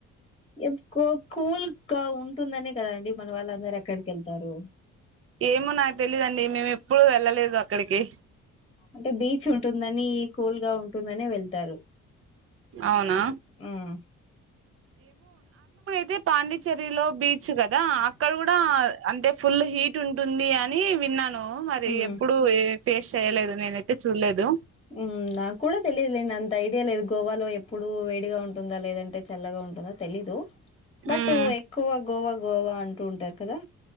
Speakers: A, on the left; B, on the right.
A: ఎప్ కు కూల్గా ఉంటుందనే కద అండి మన వాళ్ళందరు అక్కడికి వెళ్తారు.
B: ఏమో నాకు తెలీదు అండి. మేము ఎప్పుడు వెళ్ళలేదు అక్కడికి.
A: అంటే బీచ్ ఉంటుందని, కూల్ గా ఉంటుందనే వెళ్తారు.
B: అవునా.
A: ఉమ్
B: అది పాండిచ్చేర్రిలో, బీచ్ గది. దా అక్కడ కూడా, అంటే. ఫుల్ హీట్ ఉంటుంది, అనీ, విన్నాను. నొ మరి
A: ఉమ్
B: ఎప్పుడు ఎ. ఫేస్ చేయలేదు, నేనైతే చూడలేదు.
A: ఉమ్ నాకు కూడా తెలీదులేండి, అంత ఐడియా లేదు గోవాలో ఎప్పుడూ, వేడిగా ఉంటుందా, లేదంటే చల్లగా ఉంటుందా. తెలీదు. బట్టు
B: ఉమ్
A: ఎక్కువ గోవ. గోవా అంటూ ఉంటారు కదా.